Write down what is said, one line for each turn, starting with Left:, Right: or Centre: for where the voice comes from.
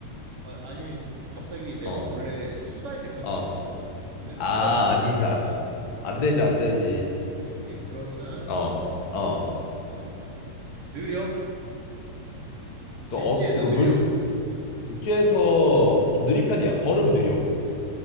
Right: 아, 니 갑자기 내가
Left: 어.
Right: 원래 수달 생각하고
Left: 어.
Right: 있었거든? 근데 수달
Left: 아,
Right: 쪽이
Left: 아니지.
Right: 아니네.
Left: 아,
Right: 오케이,
Left: 안
Right: 오케이.
Left: 되지, 안 되지.
Right: 오케이, 오케이. 그러면은,
Left: 어. 어.
Right: 알을 낳고. 느려?
Left: 그,
Right: 육지에서
Left: 어, 이거
Right: 느려?
Left: 물,
Right: <laughs>
Left: 육지에서 좀 느린 편이야. 걸음 느려.